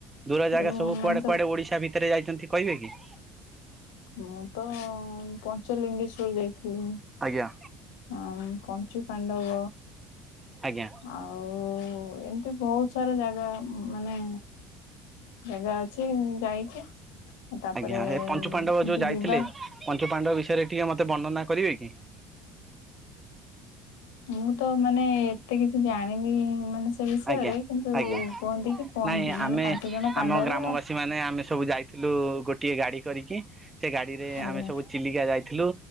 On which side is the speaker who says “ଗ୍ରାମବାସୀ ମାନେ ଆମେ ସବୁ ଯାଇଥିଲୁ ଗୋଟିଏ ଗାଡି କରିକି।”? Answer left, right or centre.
Right